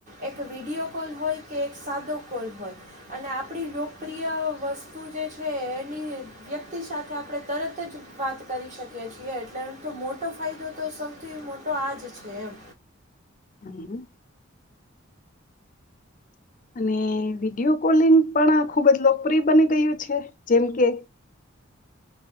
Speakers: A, on the right; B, on the left.
A: એક વિડીયો કોલ હોય કે એક સાદો કોલ હોય અને આપ પડી લોકપ્રિય વસ્તુ જે છે એની વ્યક્તિ સાથે આપડે તરત જ વાત કરી શકીએ છીએ એટલે એમ તો મોટો ફાયદો તો સૌથી મોટો આજ છે એમ
B: હમ હમ. અને વિડીયો કોલિંગ પણ ખૂબ જ લોકપ્રિય બની ગયું છે જેમ કે